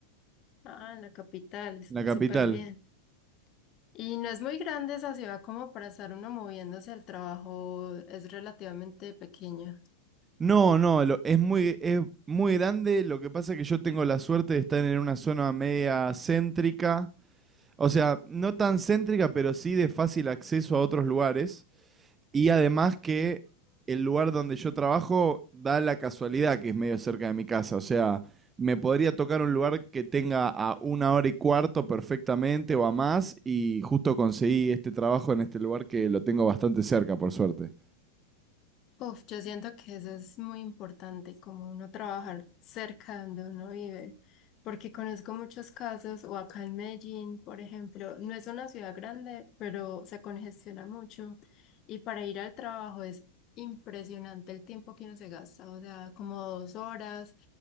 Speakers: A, on the left; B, on the right.
A: Ah, en la capital, s-
B: la capital.
A: súper bien. Y no es muy grande esa ciudad como para estar uno moviéndose al trabajo, es relativamente pequeño.
B: No, no, lo- es muy, es muy grande. Lo que pasa es que yo tengo la suerte de estar en una zona media céntrica. O sea, no tan céntrica, pero sí de fácil acceso a otros lugares. Y además que el lugar donde yo trabajo da la casualidad que es medio cerca de mi casa. O sea, me podría tocar un lugar que tenga a una hora y cuarto perfectamente o a más. Y justo conseguí este trabajo en este lugar que lo tengo bastante cerca, por suerte.
A: Uf, yo siento que eso es muy importante, como uno trabajar cerca de donde uno vive, porque conozco muchos casos, o acá en Medellín, por ejemplo, no es una ciudad grande, pero se congestiona mucho y para ir al trabajo es impresionante el tiempo que uno se gasta, o sea, como dos horas